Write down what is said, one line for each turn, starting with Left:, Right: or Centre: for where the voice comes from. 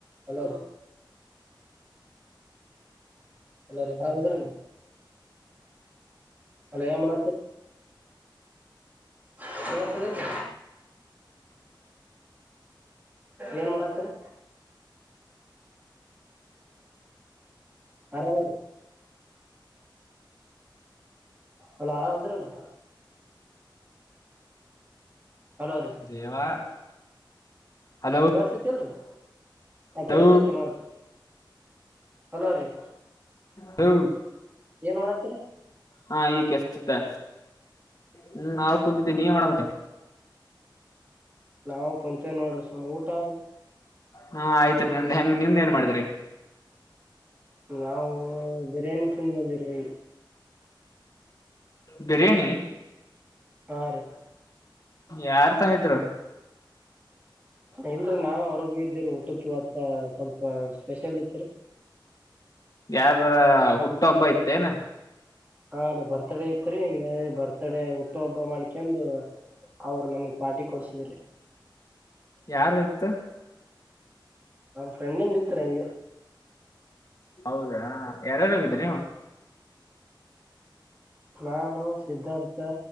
Right: hello ಅಲ್ಲ ರಾಮರ ಅಲಮ್ಮಳ ಹ ಏನ್ ಮಾಡತರಿ ಆರಾಮ ಅಲ್ಲ ಆರಾಮಂದರಲ್ಲ ಹಲೋ
Left: ದೇವಾ ಹಲೋ
Right: ಕೆಳ್ಸತಿಲ್ರಿ ಆ
Left: ಹಲೋ
Right: ಕೆಳ್ಸತಿ ನೋಡ್ರಿ ಹಲೋ್ರೀ
Left: ಹಲೋ
Right: ಏನ್ ನೋಡ ್ರ
Left: ಹಾ ಈ ಕೆಸುತ್ತೆ ಹ್ಮ್ ನಾ ಕೂತಿದ್ದೀನಿ ನೀ ಮಾಡ ಹ
Right: ನಾವು ಕುಂತೇವಿ ನೋಡ್ರಿ ಸುಮ್ ಊಟ ರೀ
Left: ಹಾ ಆಯ್ತ್ರಿೀ ನಂದು ಹೆಂಗ ನಿಮ ಏನ್ ಮಾಡಿದ್ರಿ
Right: ನಾವು ಬಿರಿಯಾನಿ ಚಂದ ಬಂದಿರಿ
Left: ಬಿರಯಾನಿ
Right: ಹಾ ರೀ
Left: ಯಾರ್ ತನಿದ್ರು
Right: ಇಲ್ರರಿ ನಾವೇ ಹೊರಗೂ ಇದ್ದೀರಿ ಊಟಕ್ಕೆ ಅತ್ತ ಸ್ವಲ್ಪ ಸ್ಪೆಷಲಿ
Left: ಯಾರದ್ರ ಹುಟ್ಟು ಹಬ್ಬ ಆಯತ ತ್ತನು
Right: ಹಾ ಅ ಬರ್ತಡಡೆ ಇತ್ರಿ ಬರ್ ಒತ್ತಡೆ ಹುಟ್ಟ ಹಬ್ಬ ಮಾಡ್ಕಂದು ಅವರು ನಮ್ಗ್ ಪಾರ್ಟಿ ಕೊಡ್ಸಿದೆ
Left: ಯಾರ ಇತ್ತು
Right: ನಮ್ಮ್ ಫ್ರೆಂಡ್ಿಂದ ಇತ್ರ ಹಿಗೆ
Left: ಹೌದಾ ಯಾರಾರುೋಗಿದ್ರಿ
Right: ನಾನು ಸಿದ್ಧಾರ್ಥ